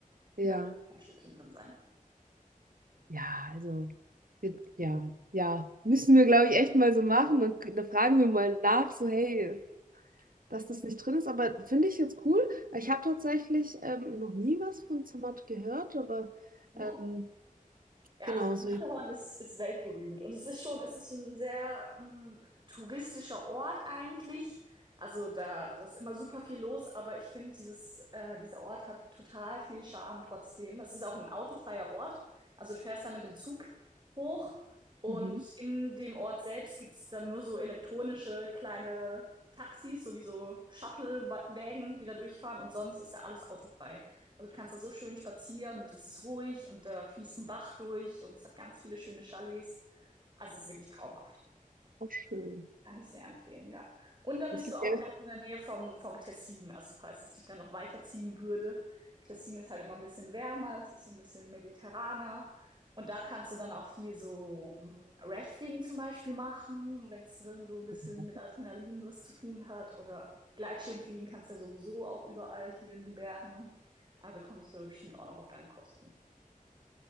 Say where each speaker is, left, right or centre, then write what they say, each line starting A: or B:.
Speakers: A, on the right (about 75°); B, on the right (about 30°).
A: Ja,
B: Und da darf kein Stückchen drin sein.
A: ja, also, wir- ja, ja, müssen wir, glaube ich, echt mal so machen. Dann, k- dann fragen wir mal nach, so, hey, dass das nicht drin ist. Aber finde ich jetzt cool. Ich habe tatsächlich ähm, noch nie was von Zermatt gehört, aber
B: Hm.
A: ähm,
B: Ja,
A: genau,
B: also das
A: so
B: Matterhorn
A: jetzt.
B: ist, ist weltberühmt und es ist schon, es ist ein sehr ähm, touristischer Ort eigentlich. Also da, da ist immer super viel los, aber ich finde, dieses, äh, dieser Ort hat total viel Charme trotzdem. Es ist auch ein autofreier Ort. Also du fährst da mit dem Zug hoch und
A: Mhm.
B: in dem Ort selbst gibt es dann nur so elektronische kleine Taxis, sowieso Shuttle-Wägen, die da durchfahren und sonst ist da alles autofrei. Also du kannst da so schön spazieren und es ist ruhig und da fließt ein Bach durch und es hat ganz viele schöne Chalets. Also es ist wirklich traumhaft.
A: Auch schön.
B: Kann ich sehr empfehlen, ja. Und dann
A: Es
B: bist
A: gibt
B: du auch
A: ja
B: ganz in der Nähe vom, vom Tessin. Also falls es dich dann noch weiterziehen würde. Tessin ist halt immer ein bisschen wärmer, es ist so ein bisschen mediterraner. Und da kannst du dann auch viel so mm, Rafting zum Beispiel machen, wenn es dann so ein bisschen
A: öfter.
B: mit Adrenalin was zu tun hat. Oder Gleitschirmfliegen kannst du ja sowieso auch überall hier in den Bergen. Also da kommst du bestimmt auch noch auf deine Kosten.